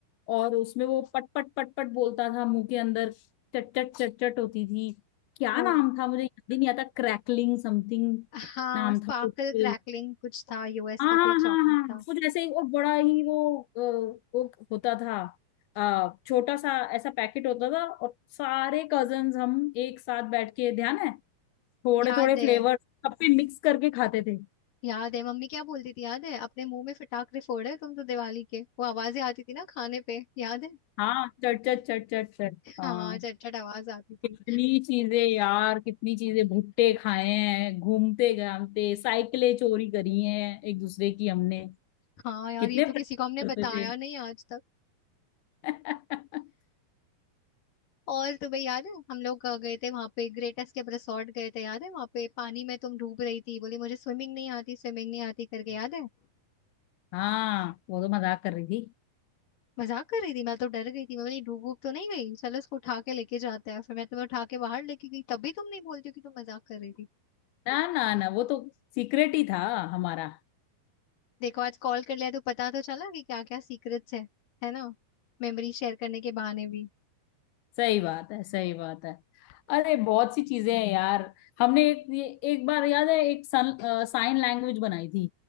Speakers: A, on the left (about 85°); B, on the left (about 60°).
A: और उसमें वो पट पट पट पट बोलता था मुंह के अंदर चट चट चट चट होती थी क्या
B: वो
A: नाम था मुझे याद ही नहीं आता क्रैकलिंग समथिंग
B: हाँ
A: नाम
B: स्पार्कल
A: था कुछ
B: क्रैकलिंग कुछ था यूएस
A: हाँ
B: का
A: हाँ
B: कोई
A: हाँ
B: चॉकलेट
A: हाँ
B: था
A: कुछ ऐसे ही और बड़ा ही वो अ, वो होता था अ, छोटा सा ऐसा पैकेट होता था और सारे कजन्स हम एक साथ बैठ के ध्यान है थोड़े
B: याद
A: थोड़े फ्लेवर
B: है
A: सब पे मिक्स करके खाते थे
B: याद है मम्मी क्या बोलती थी याद है अपने मुंह में फटाकरे फोड़े तुम तो दिवाली के वो आवाजें आती थी ना खाने पे याद है
A: हाँ चट चट चट चट चट
B: हाँ
A: हाँ
B: चटचट आवाज आती थी
A: कितनी चीजें यार कितनी चीजें भुट्टे खाए हैं घूमते घामते साइकिलें चोरी करी हैं एक दूसरे की हमने
B: हाँ यार
A: कितने
B: ये तो किसी
A: प्रैंक
B: को हमने बताया
A: करते थे
B: नहीं आज
A: <laughs>
B: और तुम्हें याद है हम लोग अ, गए थे वहां पे ग्रेट एस्केप रिसोर्ट गए थे याद है वहां पे पानी में तुम डूब रही थी बोली मुझे स्विमिंग नहीं आती स्विमिंग नहीं आती करके याद है
A: हाँ वो तो मजाक कर रही थी
B: मजाक कर रही थी मैं तो डर गई थी मैं बोली डूब डूब तो नहीं गई चलो इसको उठा के लेके जाते हैं फिर मैं तुम्हें उठा के बाहर लेके गई तब भी तुम नहीं बोलती हो कि तुम मजाक कर रही थी
A: ना ना ना वो तो सीक्रेट ही था हमारा
B: देखो आज कॉल कर लिया तो पता तो चला कि क्या क्या सीक्रेट्स है है ना मेमोरी शेयर करने के बहाने भी
A: सही बात है सही बात है अरे बहुत सी चीजें हैं यार हमने एक ये एक बार याद है एक सन, साइन लैंग्वेज बनाई थी